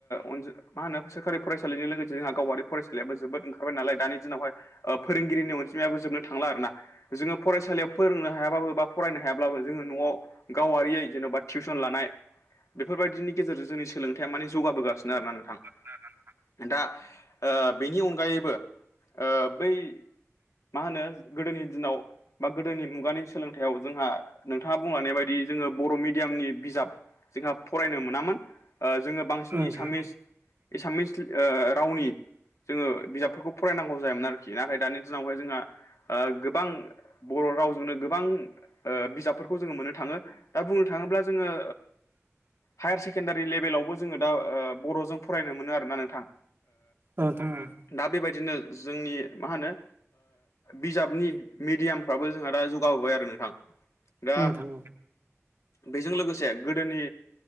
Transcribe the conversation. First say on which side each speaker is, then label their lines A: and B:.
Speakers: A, on the left; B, on the right.
A: अनि मा होनो सोरखारि फरायसालिजों लोगोसे जोंहा गावारि फरायसालियाबो जोबोद ओंखारबाय नाल दानि दिनावहाय फोरोंगिरिनि अनजिमायाबो जोबनो थांला आर ना जोङो फरायसालियाव फोरोंनो हायाबाबो बा फरायनो हायाब्लाो जोङो न'आव गावारियै जेन'बा टिउसन लानाय बेफोरबायदिनि गेजेरजों जोंनि सोलोंथाइया माने जौगाबोगासिनो आरो ना नोंथां
B: <unintelligible>
A: दा बेनि अनगायैबो बै मा होनो गोदोनि दिनाव बा गोदोनि मुगानि सोलोंथाइयाव जोंहा नोंथाङा बुंलांनाय बायदि जोङो बर' मिडियामनि बिजाब जोंहा फरायनो मोनामोन जोङो बांसिन
B: औ नोंथां
A: एसामिस
B: औ
A: एसामिस रावनि जोङो बिजाबफोरखौ फरायनांगौ जायोमोन आरोखि नाथाय दानि दिनावहाय जोंहा गोबां बर' रावजोंनो गोबां बिजाबफोरखौ जोङो मोननो थाङो दा बुंनो थाङोब्ला जोङो हायार सेकेण्डारि लेेबेलावबो जोङो दा बर'जों फरायनो मोनो आरोना नोंथां
B: औ नोंथां औ
A: दा बेबायदिनो जोंनि मा होनो बिजाबनि मेडियामफ्राबो जोंहा दा जौगाबोबाय आरो नोंथां दा
B: औ नोंथां
A: बेजों लोगोसे गोदोनि